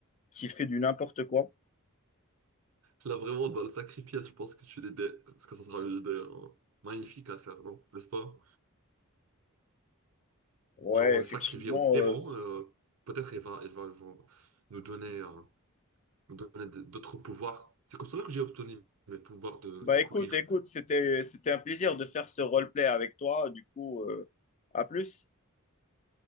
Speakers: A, on the left; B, on the right.
A: qu'il fait du n'importe quoi.
B: Là, vraiment, dans le sacrifice, je pense que, tu l'idée, que ça sera une idée euh, magnifique à faire, non? N'est-ce pas?
A: Ouais,
B: Genre, on le
A: effectivement.
B: sacrifiait au démon.
A: euh, c'est-
B: euh, peut-être il va, il va, il va nous donner, euh, nous donner d- d'autres pouvoirs. C'est comme cela que j'ai obtenu mes pouvoirs de,
A: bah,
B: de courir.
A: écoute, écoute, c'était, c'était un plaisir de faire ce roleplay avec toi. Du coup, euh, à plus.